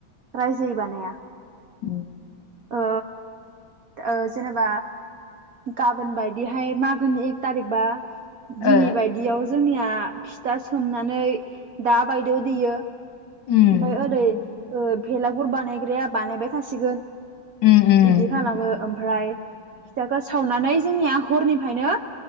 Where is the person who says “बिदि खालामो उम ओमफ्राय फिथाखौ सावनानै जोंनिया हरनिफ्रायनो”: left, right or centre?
Right